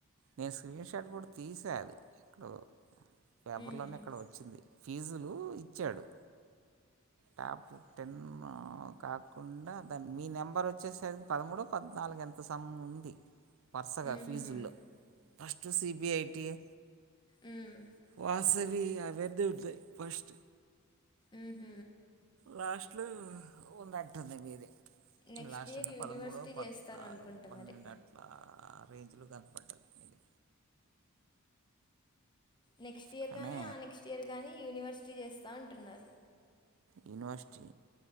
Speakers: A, on the right; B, on the left.
A: నేను స్క్రీన్షాట్ కూడా తీసా అది ఎక్కడో పేపర్
B: మ్మ్.
A: లోనే ఎక్కడో వచ్చింది ఫీజులు ఇచ్చాడు టాప్ టెన్ కాద్ కుండా దాన్ని మీ నెంబర్ ఒచ్చేసరికి పదమూడో పద్నాలుగు ఎంతో సమ్ ఉంది వరుసగా
B: మ్హూ.
A: ఫీజుల్లో ఫస్ట్ సిబిఐటి ఏ
B: మ్మ్.
A: వాసవి అవన్ని వున్నయ్ ఫస్ట్
B: ఊహ్మ్
A: లాస్ట్లు ఉన్నటుంది మీది
B: నెక్స్ట్
A: లాస్ట్లో
B: ఇయర్
A: అంటే
B: యూనివర్సిటీ
A: పదమూడో పద్నాలుగు
B: చేస్తారు అనుకుంటా
A: పన్నెండు
B: మరి
A: అట్లా ఆ రేంజ్లో కనపడ్డది ఇది
B: నెక్స్ట్ ఇయర్
A: కానీ
B: గానీ ఆ నెక్స్ట్ ఇయర్ గానీ యూనివర్సిటీ చేస్తా అంటున్నారు
A: యూనివర్సిటీ